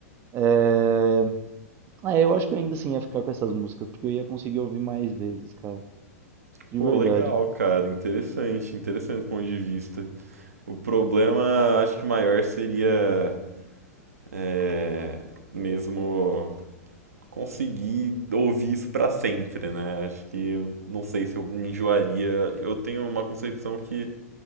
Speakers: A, on the right; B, on the right.
A: É... Ah, eu acho que eu ainda assim ia ficar com essas músicas, porque eu ia conseguir ouvir mais vezes, cara. De
B: pô,
A: verdade.
B: legal, cara. Interessante, interessante o ponto de vista. O problema, acho que maior seria é, mesmo conseguir ouvir isso pra sempre, né? Acho que não sei se eu enjoaria. Eu tenho uma concepção que